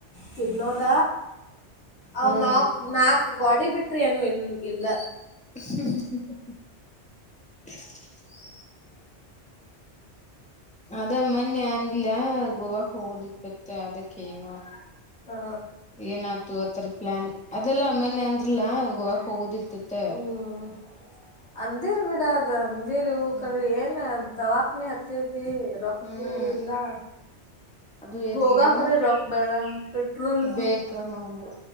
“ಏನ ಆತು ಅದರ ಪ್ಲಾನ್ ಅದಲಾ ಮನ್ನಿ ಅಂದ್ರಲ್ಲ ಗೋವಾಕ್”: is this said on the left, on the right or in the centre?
Centre